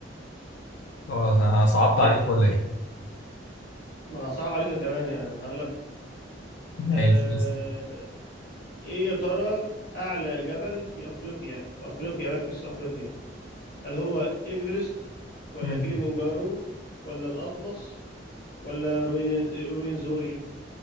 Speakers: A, on the left; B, on the left.
A: خلاص أنا صعبت
B: ماشي
A: عليك ولا إيه
B: ما صعب عليك انا كمان يا هغلب
A: ماشي
B: آه، ايه يا ترى اعلى جبل في افريقيا في افريقيا ركز في افريقيا هل هو ايفرست ولا
A: مم.
B: كيليمنجارو ولا الاطلس ولا روين روينزوري